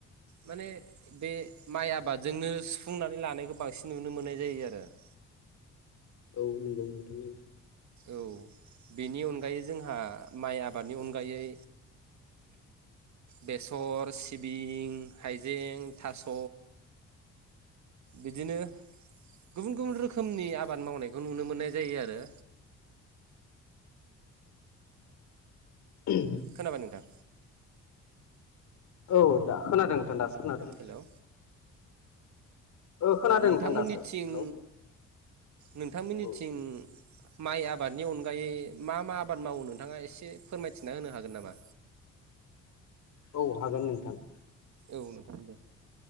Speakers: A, on the right; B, on the left.
A: माने बे माइ आबादजोंनो सुफुंनानै लानायखौ बांसिन नुनो मोननाय जायो आरो। <inaudible>
B: औ नंगौ नोंथां।
A: औ बेनि अनगायै जोंहा माइ आबादनि अनगायै बेसर, सिबिं, हाइजें, थास' बिदिनो गुबुन गुबुन रोखोमनि आबाद मावनायखौ नुनो मोननाय जायो आरो।
B: <unintelligible>
A: खोनाबाय नोंथां?
B: औ दा खोनादों नोंथां दासो खोनादों।
A: हेल' औ
B: ओ खोनादों
A: औ नोंथांमोनिथिं
B: नोंथां दासो हेलौ
A: नोंथांमोनिथिं
B: औ।
A: माइ आबादनि अनगायै मा मा आबाद मावो नोंथाङा एसे फोरमायथिना होनो हागोन नामा?
B: औ हागोन नोंथां।
A: औ नोंथां दे।